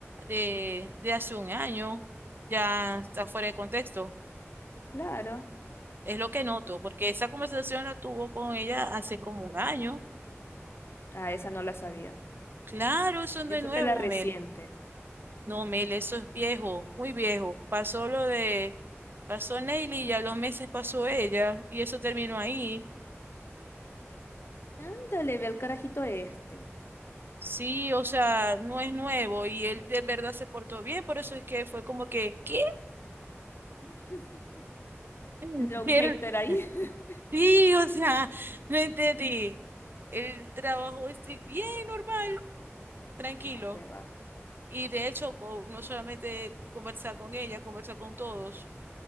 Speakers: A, on the right (about 50°); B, on the left (about 55°).
A: de, de hace un año, ya está fuera de contexto.
B: Claro.
A: Es lo que noto, porque esa conversación la tuvo con ella hace como un año.
B: Ah, esa no la sabía.
A: Claro, eso
B: Yo
A: no es
B: supe
A: nuevo,
B: la reciente.
A: Mel. No, Mel, eso es viejo, muy viejo. Pasó lo de, pasó Neily y a los meses pasó ella, y eso terminó ahí.
B: Ándale, ve al carajito este.
A: Sí, o sea, no es nuevo y él de verdad se portó bien, por eso es que fue como que, ¿qué?
B: <laughs>
A: <laughs>
B: Tendrá
A: Y
B: un hater
A: él,
B: ahí. <laughs>
A: Sí, o sea, no entendí. El trabajo es bien normal, tranquilo.
B: No, que va.
A: Y de hecho, co- no solamente conversar con ella, conversar con todos.